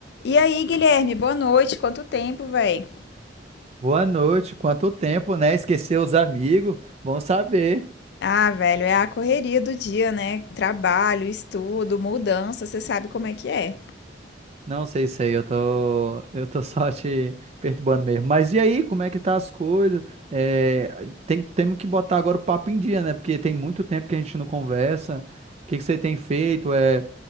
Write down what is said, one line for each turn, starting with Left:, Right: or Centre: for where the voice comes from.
Left: E aí, Guilherme, boa noite. Quanto tempo, velho?
Right: Boa noite, quanto tempo, né? Esqueceu os amigos? Bom saber.
Left: Ah, velho, é a correria do dia, né? Trabalho, estudo, mudança, você sabe como é que é.
Right: Não sei se aí eu tô, eu tô <laughs> só te perturbando mesmo. Mas e aí, como é que tá as coisas? É, tem, temos que botar agora o papo em dia, né? Porque tem muito tempo que a gente não conversa. O que que você tem feito? É,